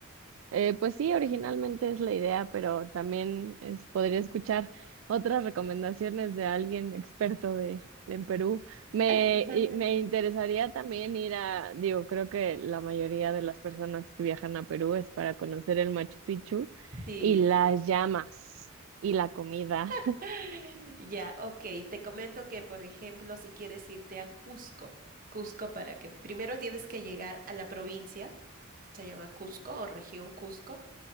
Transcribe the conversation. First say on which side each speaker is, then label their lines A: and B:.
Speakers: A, on the right (about 70°); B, on the right (about 45°).
A: Eh, pues sí, originalmente es la idea, pero también es- podría escuchar otras recomendaciones de alguien experto de, de en Perú. Me,
B: <laughs>
A: y- me interesaría también ir a, digo, creo que la mayoría de las personas que viajan a Perú es para conocer el Machu Picchu
B: Sí.
A: y las llamas y la comida.
B: <laughs> Ya, ok. Te comento que, por ejemplo, si quieres irte a Cusco, Cusco para que primero tienes que llegar a la provincia, se llama Cusco o región Cusco.